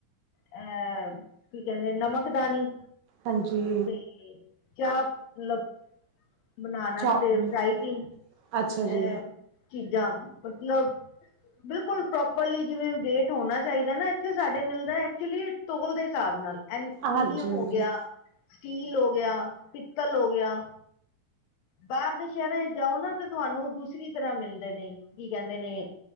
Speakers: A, on the left; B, on the right.
A: ਅਹ ਕੀ ਕਹਿੰਦੇ ਨਮਕਦਾਨੀ
B: ਹਾਂਜੀ
A: ਤੇ ਕਿਆ ਮਤਲਬ? ਬਣਾਣਾ
B: ਸ਼ੋਪਿੰਗ,
A: ਤੇ ਫਰਾਈ ਪੀਨ
B: ਅੱਛਾ ਜੀ
A: ਇਹ ਚੀਜ਼ਾਂ ਮਤਲਬ? ਬਿਲਕੁਲ ਪ੍ਰੋਪਰਲੀ ਜਿਵੇਂ ਰੇਟ ਹੋਣਾ ਚਾਹੀਦਾ ਨਾ ਇੱਥੇ ਸਾਡੇ ਮਿਲਦਾ ਐਕਚੁਲੀ ਟੋਲ ਦੇ ਹਿਸਾਬ ਨਾਲ। ਐਲਮੀਨੀਅਮ
B: ਹਾਂਜੀ
A: ਹੋ
B: ਹਾਂਜੀ
A: ਗਿਆ ਸਟੀਲ ਹੋ ਗਿਆ ਪਿੱਤਲ ਹੋ ਗਿਆ। ਬਾਹਰ ਦੇ ਸ਼ਹਿਰਾਂ ਚ ਜਾਓ ਨਾ ਤੇ ਤੁਹਾਨੂੰ ਦੂਸਰੀ ਤਰ੍ਹਾਂ ਮਿਲਦੇ ਨੇ ਕੀ ਕਹਿੰਦੇ ਨੇ?